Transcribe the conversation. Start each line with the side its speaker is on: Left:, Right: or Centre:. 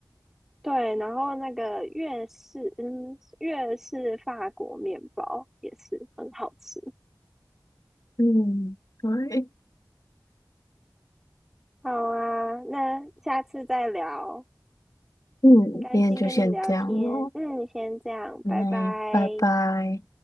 Centre: 对，然后那个粤式，嗯，粤式法国面包也是很好吃。
Left: 嗯，对，
Centre: 好啊，那下次再聊。
Left: 嗯，
Centre: 很开心跟你聊天，
Left: 今天就先这样咯，
Centre: 嗯，先这样，
Left: 那拜拜。
Centre: 拜拜。